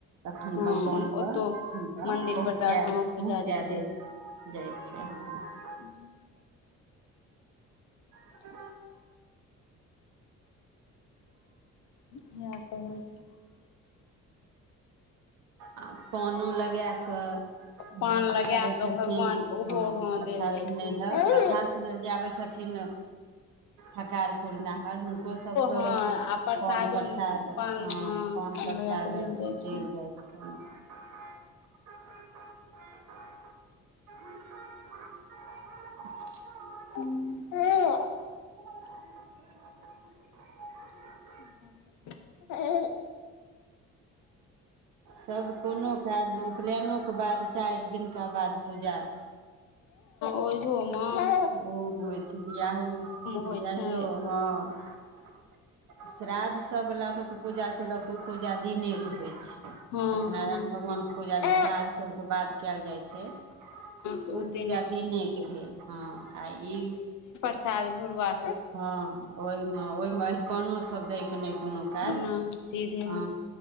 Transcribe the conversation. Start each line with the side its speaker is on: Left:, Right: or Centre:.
Right: तखन
Left: हँ
Right: भगवानक
Left: ओतौ
Right: हुनका
Left: मंदिर
Right: पहुँचा
Left: परका हँ पुजारी
Right: पहुँचा
Left: के
Right: देल जा लै छनि
Left: हू
Right: <inaudible>
Left: इएह सब होइ छै
Right: आ पोनो लगै कऽ
Left: पान
Right: जे
Left: लगाए
Right: आबै
Left: कऽ
Right: छथिन
Left: भगवानके ओहो
Right: हं
Left: हँ
Right: कथा
Left: देल जाइ
Right: सुनै
Left: छै
Right: ल कथा जे आबै छथिन हकार पुरनाहर हुनको सबके
Left: हँ आ प्रसादो
Right: पाॅन प्रसाद
Left: पान
Right: हँ पाॅन प्रसाद
Left: लगा कऽ देल जाइ छै
Right: देल जायत हँ <unintelligible> <unintelligible>
Left: ह ह <unintelligible>
Right: <unintelligible>
Left: <unintelligible>
Right: सब कोनो काजमे उपनयनोे के बाद चारि दिनका बाद पूजा
Left: ओ जमा <unintelligible>
Right: ओहो होइ छै बिआहियो बिआहियो
Left: होइ छै
Right: हँ श्राद्धसभवलामे तऽ पूजा कयलक तऽ ओ पूजा दिनेके होइ छै
Left: हँ
Right: सत्यनारायण
Left: हँ
Right: भगवान के पूजा
Left: हँ
Right: जे श्राद्ध सभके बाद कयल जाइ छै
Left: तऽ
Right: ओ
Left: दिने
Right: पूजा दिनेके भेल हँ आ ई
Left: साल भुरआ
Right: हँ ओहिमे ओहिमे अरिपनोसभ दै के नहि कोनो काज
Left: नहि सीधे
Right: हँ